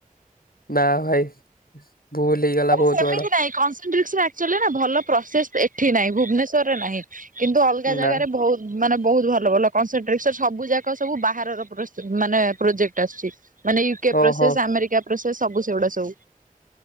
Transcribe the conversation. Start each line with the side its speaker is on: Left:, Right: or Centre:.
Left: ନା ଭାଇ ଭୁଲ୍ ହେଇଗଲା।
Right: ନାଇଁ
Left: ବହୁତ
Right: ସେମିତି
Left: ବଡ
Right: ନାଇଁ କନ୍ସେଟ୍ରେନ୍ସ୍ ରେ ଆକ୍ଚ୍ୟାଲି ନାଁ ଭଲ ପ୍ରୋସେଶ୍ ଏଠୀ ନାହିଁ ଭୁବନେଶ୍ୱର ରେ ନାହିଁ। କିନ୍ତୁ ଅଲଗା ଜାଗାରେ
Left: ନା
Right: ବୋହୁତ୍ ମାନେ ବୋହୁତ୍ ଭଲ ଭଲ କନ୍ସେଟ୍ରେନ୍ସ ସବୁ ଯାକ ସବୁ ବାହାରର ପ୍ର ମାନେ ପ୍ରୋଜେକ୍ଟ ଆସୁଛି ମାନେ ୟୁ କେ
Left: ଓହୋ।
Right: ପ୍ରୋସେଶ୍ ଆମେରିକା ପ୍ରୋସେଶ୍ ସବୁ ସେଗୁଡ଼ା ସବୁ।